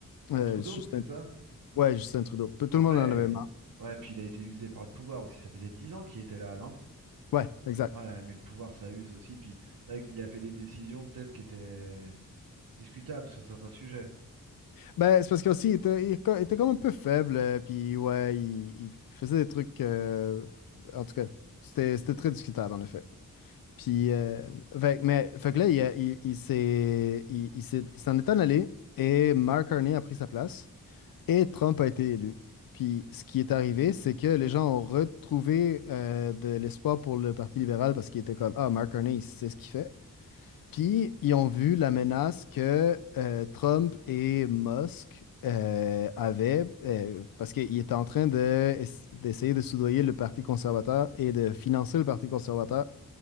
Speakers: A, on the left; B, on the right.
A: Euh,
B: Bah Trudeau,
A: Justin,
B: c'est ça?
A: ouais, Justin Trudeau. Tout
B: Après,
A: le monde en avait
B: il-
A: marre.
B: ouais, puis il a été usé par le pouvoir aussi. Ça faisait 10 ans qu'il était là, non?
A: Ouais, exact.
B: Ouais, mais le pouvoir, ça use aussi. Puis c'est vrai qu'il a fait des décisions peut-être qui étaient discutables sur certains sujets.
A: Ben, c'est parce qu'aussi, il était, il co- il était comme un peu faible, euh, puis ouais, il, il faisait des trucs. euh, en tout cas, c'était c'était très discutable, en effet. Puis, euh, fait, mais, fait que là, il, a- il, il s'est, il, il s'est- il s'en est en allé, et Mark Carney a pris sa place, et Trump a été élu. Puis, ce qui est arrivé, c'est que les gens ont retrouvé euh, de l'espoir pour le Parti libéral parce qu'ils étaient comme, ah, Mark Carney, il sait ce qu'il fait. Puis, ils ont vu la menace que euh, Trump et Musk euh, avaient, euh, parce qu'ils étaient en train de, d'essayer de soudoyer le Parti conservateur et de financer le Parti conservateur.